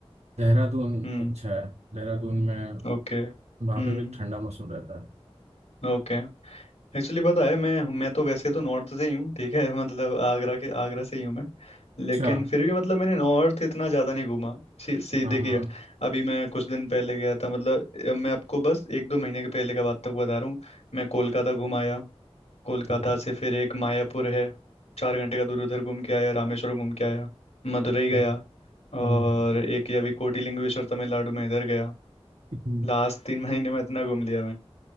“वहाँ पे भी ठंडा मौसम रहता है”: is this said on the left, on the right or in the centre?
Right